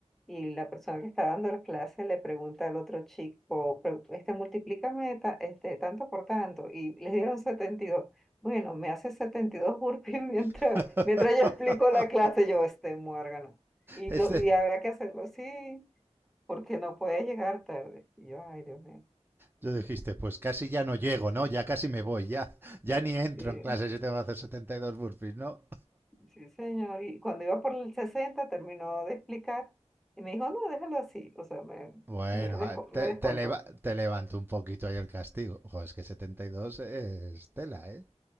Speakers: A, in the centre; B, on the right (about 20°).
A: y la persona que estaba dando la clase le pregunta al otro chico, "Pre- este, multiplícame ta- este, tanto por tanto y le dieron setenta y dos Bueno, me hace 72 burpees <laughs> mientras,
B: <laughs>
A: mientras yo explico la clase, yo este muérgano. Y,
B: Este-
A: lo, y había que hacerlo así porque no puede llegar tarde. Y yo, ay, Dios mío.
B: yo dijiste, pues casi ya no llego, ¿no? Ya casi me voy, ya ya ni entro
A: Sí.
B: en clase si tengo que hacer 72 burpees, ¿no?
A: Sí, señor. Y cuando iba por el 60 terminó de explicar y me dijo, no, déjalo así. O sea, me,
B: Bueno,
A: me, desco-
B: a- te,
A: me descontó.
B: te, leva- te levanto un poquito ahí el castigo. Ojo, es que 72 es tela, ¿eh?